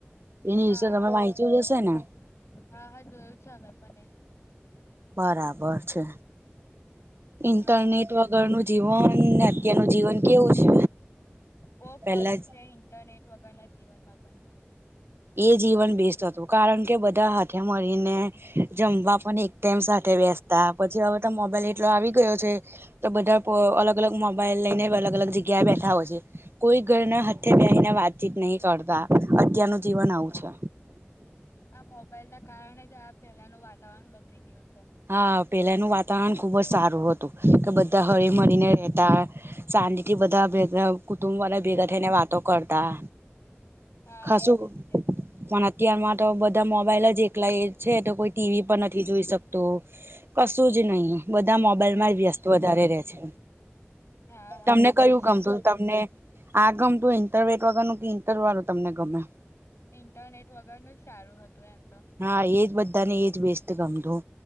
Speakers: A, on the right (about 60°); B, on the left (about 90°).
A: એ ન્યૂઝ
B: હા
A: તો તમે
B: હા
A: વાંચ્યું
B: એ
A: જ
B: તો
A: હશે ને?
B: હા હા, જોયું છે અમે પણ એ.
A: બરાબર છે. ઇન્ટરનેટ
B: હા
A: વગરનું જીવન ને અત્યારનું જીવન, કેવું છે?
B: બો ફોરેટ
A: પેલા
B: થઈ <inaudible> ત નેટ વગરના જીવનમાં પણ.
A: એ જીવન બેસ્ટ હતું. કારણ કે બધા હાથે મળીને જમવા પણ એક ટાઈમ સાથે બેસતા. પછી હવે તો મોબાઈલ એટલો આવી ગયો છે. તો બધા પ અલગ-અલગ મોબાઈલ લઈને અલગ-અલગ જગ્યાએ બેઠા હોય છે. કોઈ ઘરના સાથે બેસીને વાતચીત નહીં કરતા. અત્યારનું જીવન આવું છે.
B: આ મોબાઈલના કારણે જ આ પેલાનું વાતાવરણ બગડી ગયું છે.
A: હા, પેલાનું વાતાવરણ ખૂબ જ સારું હતું. કે બધા હળીમળીને રહેતા. શાંતિથી બધા ભેગા, કુટુંબવાળા ભેગા થઈને વાતો કરતા.
B: હા
A: ખાસુ
B: એ પણ છે
A: પણ અત્યારમાં તો બધા મોબાઈલ જ એકલા એ છે. તો કોઈ ટીવી પણ નથી જોઈ શક તો કશું જ નહીં. બધા મોબાઈલ એમાં જ વ્યસ્ત વધારે રે છે.
B: હા હા
A: તમને
B: એવું
A: કયું
B: જ છે
A: ગમતું?
B: હમણાં પણ
A: તમને આ ગમતું ઇન્ટરવેટ વગરનું ઇન્ટર વાળું તમને ગમે?
B: ઇન્ટરનેટ વગરનું જ સારું હતું એમ તો.
A: હા એજ બધા ને એજ બેસ્ટ. ગમતું